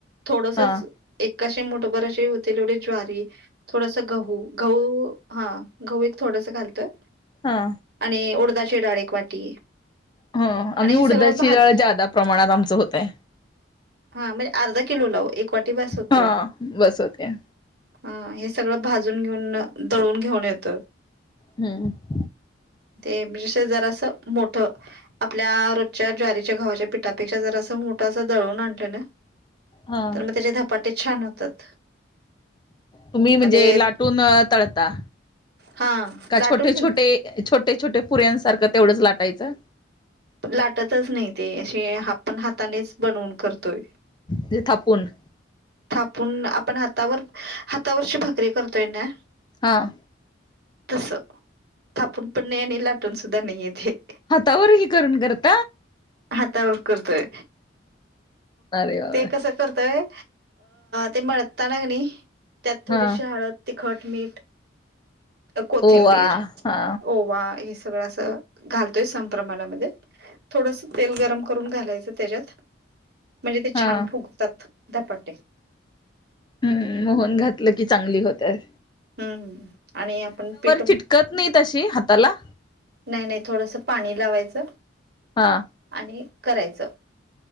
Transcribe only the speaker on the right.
थोडसच
एका अशी मूठभर अशे होतील एवढी ज्वारी, थोडासा गहू गहू, हा गहू एक थोडस घालत्यात.
आणि उडदाची डाळ एक वाटी
आणि
हे
सगळं भाज
हा म्हणजे अर्धा किलोला वो एक वाटी बास होतयं
ह हे सगळं भाजून घेऊन, दळून घेऊन येतं
ते मिष जरासं मोठं आपल्या रोजच्या ज्वारीच्या गव्हाच्या पिठापेक्षा जरासं मोठं अस दळवून आणलेलं.
तर मग त्याचे धपाटे छान होतात.
मग ते
हा
लाटून
नाही
लाटतच नाही ते, अशे आपण हातानेच बनवून करतोय
थापून आपण हातावर, हातावरची भाकरी करतोय ना.
तस थांपून पण नाही आणि लाटून सुद्धा नाहीय ते
हातावर करतोय
ते कस करतोय ते मळताना कणी त्यात थोडीशी
हळद तिखट मीठ, कोथिंबीर
ओवा हे सगळं असं घालतोय समप्रमाणामध्ये थोडस तेल गरम करून घालायचं त्येज्यात, म्हणजे ते
छान फुग तत धपाटे
हम् आणि आपण पिठ
नाही, नाही थोडसं पाणी लावायचं
आणि करायचं.